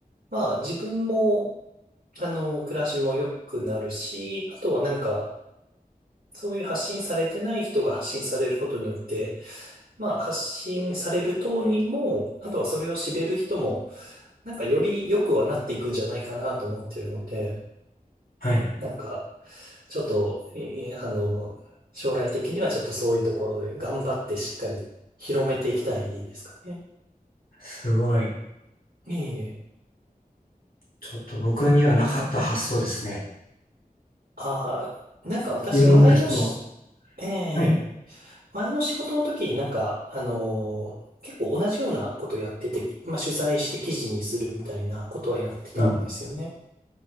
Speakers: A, on the right (about 85°); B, on the left (about 80°).
A: まあ自分も、あの、暮らしも良くなるし、あとはなんか、そういう発信されてない人が発信されることによって、まあ、発信される当人も、あとはそれを知れる人も、なんかより良くはなっていくんじゃないかなと思ってるので、
B: はい。
A: なんか、ちょっと、いあの、将来的にはちょっとそういうところで頑張ってしっかり広めていきたいですかね。
B: すごい。
A: ええ。
B: ちょっと僕にはなかった発想ですね。
A: ああ、なんか私前のし、
B: いろんな人を。
A: ええ、
B: はい。
A: 前の仕事の時になんか、あのー結構同じようなことやってて、まあ取材して記事にするみたいなことはやってたんですよね。
B: うん。